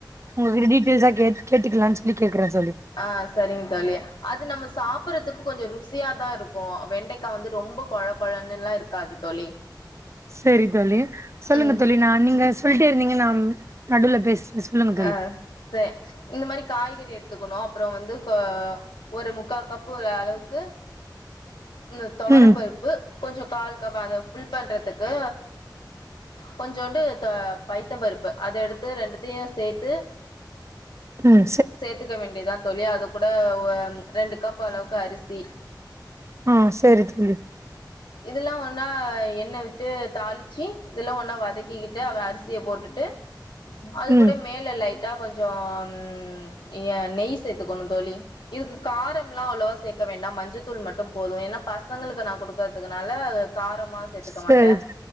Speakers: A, on the right; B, on the left.
A: உங்ககிட்ட டீட்டெயில்ஸா கே கேட்டுக்கலான் சொல்லி கேக்குறே தோழி
B: ஆ செரிங்க தோழி அது நம்ம சாப்பிடறதுக்கு கொஞ்சொ ருசியாதாருக்கு வெண்டைக்கா வந்து ரொம்ப கொழ கொழன்னுல்லாருக்காது தோழி
A: செரி தோழி சொல்லுங்க
B: ம்
A: தோழி நா நீங்கள் சொல்ட்டே இருந்தீங்க நா நடுவுல பேசிட்ட சொல்லுங்க தோழி
B: ஆ சே இந்த மாரி காய்கறி எடுத்துக்குணு அப்புறோ வந்து ஒரு முக்காகப்பு ஒரு அளவுக்கு ந்த தொவரம்பருப்
A: ம்
B: பு கொஞ்சொ கால்கப் அத ஃபுல் பண்றதுக்கு கொஞ்சோண்டு தொ பைத்தம்பருப்பு அத எடுத்து ரெண்டுத்துயு சேத்து
A: ம்
B: சேத்துக்க வேண்டியதா தோழி அதூ கூட ஒ ரெண்டு கப் அளவுக்கு அரிசி
A: ம் செரி தோழி
B: இதெல்லா ஒன்னா எண்ணெய விட்டு தாளிச்சு இதெல்லா ஒன்னா வதக்கிக்கிட்டு அவ அரிசிய போட்டுட்டு அது
A: ம்
B: கூட மேல லைட்டா கொஞ்சொ ம் ஏ நெய் சேத்துக்கணு தோழி இதுக்கு காரம்ல்லா அவ்ளவா சேக்க வேண்டா மஞ்சத்தூள் மட்டுபோது ஏன்னா பசங்களுக்கு நா கொடுக் தத்துக்குனால காரம் மா சேத்துக்க
A: சரி
B: மாட்டே